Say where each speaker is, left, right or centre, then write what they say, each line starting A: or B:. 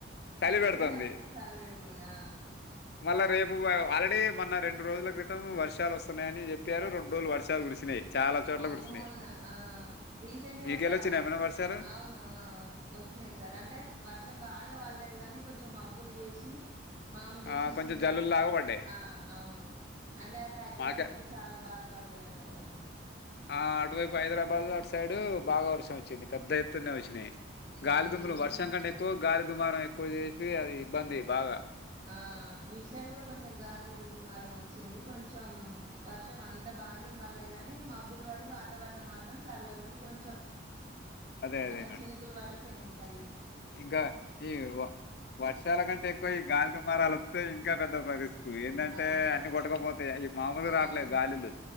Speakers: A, on the left; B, on the right.
A: చలి
B: ఆ ఇప్పుడే
A: పెడుతఅన్ ది
B: చలి పెడుతుందా
A: మళ్ళా రేపు ఆల్రెడీ మొన్న రెండు రోజుల క్రితం వర్షాలు వస్ స్తున్నాయని చెప్పారు రెండు రోజులు వర్షాలు కురిసినాయి చాలా చోట్ల
B: అవును
A: కురిసినాయి
B: మొన్న ఆ రీసెంట్గా
A: మీకెళ్ళి
B: ఒక
A: వచ్చినాయి ఏమైనా వర్షాలు
B: అవును వచ్చినాయి సార్ అంటే వర్షం బాగా వళ్లేదు కాగాని కొంచెం మబ్ బ్బులు వేసి మామూలుగా
A: ఆ
B: చిన్న
A: కొంచెం
B: చిన్న
A: జల్లులు లాగా పడ్డాయి
B: ఆ అవును అంటే అట హైదరాబాద్కిళ్ళి
A: మాకే
B: చాలా బాగా పడు టాయి ఆ సైడ్
A: ఆ అటువైపు హైదరాబాద్ అటు సైడు బాగా వర్షం వచ్చింది పెద్ద ఎత్తునే వచ్చింది
B: ఉమ్
A: గాలిదుుమ్లు
B: ఇటు
A: వర్షం కంటే ఎక్కువ గాలిదుమ్ దుమారం ఎక్కువ చేసి అది ఇబ్బంది బాగా
B: ఆ ఈ సైడ్ కూడా కొంచెం గాలి దుమారం వచ్చింది కొంచెం వర్షం అంత బాగేమ్ బల్లే గాని మబ్బులు పడి వాతావరణం మాత్రం చల్లగా ఉండి కొంచెం
A: అదే అదే
B: అట్లా
A: మేడం
B: చినుకులు వడిపోయాయి సరీ
A: ఇంకా ఈ వ వర్షాల కంటే ఎక్కువ ఈ గాలి దుమారలతే ఇంకా పెద్ద పరిస్తి ఏందంటే
B: అవును.
A: అన్ని కొట్టకపోతాయి మాములుగ
B: అవును.
A: రాట్లే ద్ గాలిలు